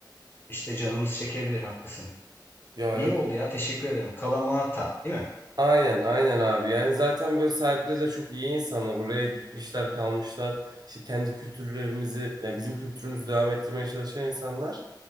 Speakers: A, on the left (about 25°); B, on the right (about 60°).
A: İşte canımız çekebilir, haklısın.
B: Ya
A: İyi
B: evet
A: oldu
B: evet.
A: ya, teşekkür ederim. Kalamata, değil mi?
B: Aynen aynen abi. Yani zaten böyle sahipleri de çok iyi insanlar. Oraya gitmişler kalmışlar. İşte kendi kültürlerimizi yani bizim kültürümüzü devam ettirmeye çalışan insanlar.